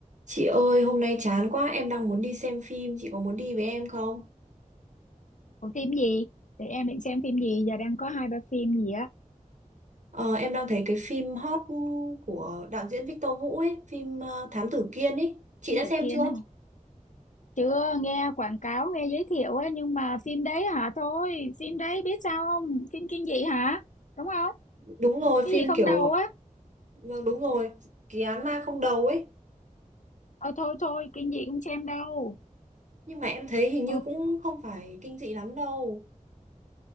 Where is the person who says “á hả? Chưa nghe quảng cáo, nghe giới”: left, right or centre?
Left